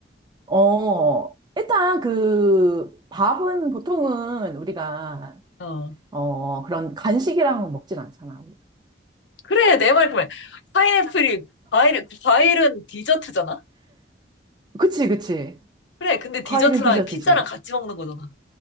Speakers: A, on the right (about 25°); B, on the left (about 85°).
A: 어, 일단 그 밥은 보통은 우리가
B: 어.
A: 어, 그런 간식이랑 먹진 않잖아.
B: 그래, 내 말 그만. 파인애플이, 과일, 과일은 디저트잖아?
A: 그치, 그치.
B: 그래, 근데 디저트랑
A: 과일은 디저트지.
B: 피자랑 같이 먹는 거잖아.